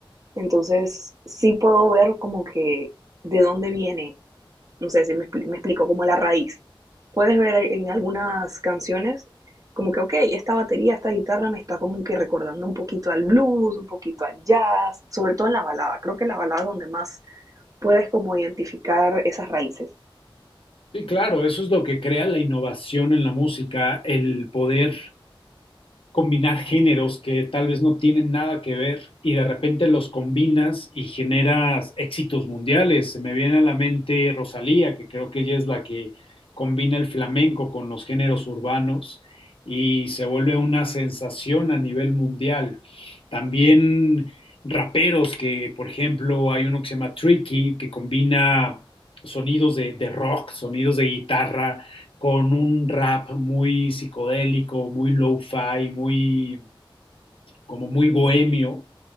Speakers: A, on the right; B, on the left.
A: entonces sí puedo ver como que de dónde viene no sé si me, expli- me explico, como la raíz. Puedes ver en algunas canciones como que, ok, esta batería, esta guitarra me está como que recordando un poquito al blues, un poquito al jazz, sobre todo en la balada. Creo que la balada es donde más puedes como identificar esas raíces.
B: Sí, claro, eso es lo que crea la innovación en la música, el poder combinar géneros que tal vez no tienen nada que ver y de repente los combinas y generas éxitos mundiales. Se me viene a la mente Rosalía, que creo que ella es la que combina el flamenco con los géneros urbanos y se vuelve una sensación a nivel mundial. También raperos que, por ejemplo, hay uno que se llama Tricky, que combina sonidos de, de rock, sonidos de guitarra con un rap muy psicodélico, muy lo-fi, muy, como muy bohemio,